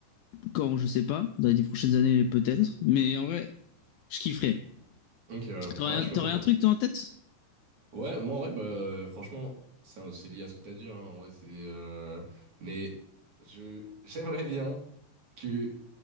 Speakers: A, on the left (about 90°); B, on the right (about 45°).
A: Quand, je sais pas. Dans les dix prochaines années, peut-être. Mais en vrai, je kifferais.
B: Ok, ouais.
A: T'aurais
B: Ouais,
A: un
B: je peux
A: t'aurais
B: comprendre.
A: un truc, toi, en tête?
B: Ouais, moi, en vrai, bah, franchement, ça, c'est lié à ce que t'as dit, hein. En vrai, c'est... euh, Mais je... J'aimerais bien... que